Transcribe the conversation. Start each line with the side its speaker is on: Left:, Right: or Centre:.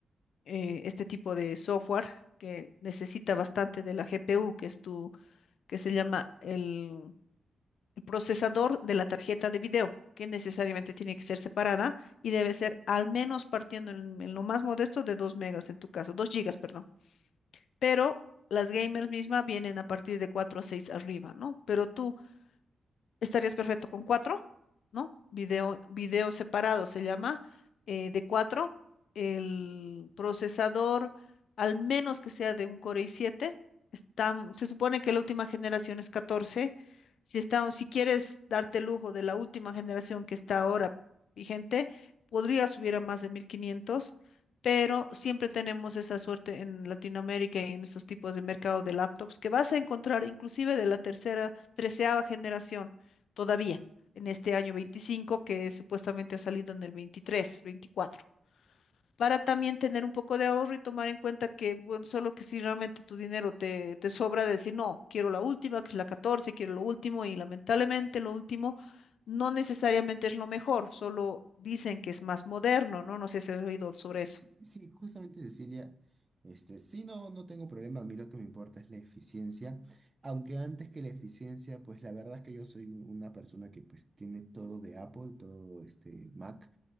Left: eh, este tipo de software que necesita bastante de la GPU, que es tu, que se llama el, el procesador de la tarjeta de video, que necesariamente tiene que ser separada y debe ser al menos partiendo en, en lo más modesto de 2 megas en tu caso, 2 gigas, perdón. Pero las gamers mismas vienen a partir de 4 a 6 arriba, ¿no? Pero tú Estarías perfecto con cuatro, ¿no? Video, video separado se llama, eh, de cuatro. El procesador, al menos que sea de un Core i7, está, se supone que la última generación es catorce Si, está, si quieres darte el lujo de la última generación que está ahora vigente, podría subir a más de mil quinientos pero siempre tenemos esa suerte en Latinoamérica y en esos tipos de mercado de laptops que vas a encontrar inclusive de la tercera, treceava generación todavía en este año 25 que supuestamente ha salido en el 23 24 para también tener un poco de ahorro y tomar en cuenta que, bueno, solo que si realmente tu dinero te, te sobra, decir, no, quiero la última, que es la catorce quiero lo último, y lamentablemente lo último no necesariamente es lo mejor, solo dicen que es más moderno, ¿no? No sé si has oído sobre
Right: Sí,
Left: eso.
Right: sí, justamente Cecilia, este, sí, no, no tengo problema, a mí lo que me importa es la eficiencia, aunque antes que la eficiencia, pues la verdad es que yo soy un- una persona que pues tiene todo de Apple, todo este Mac,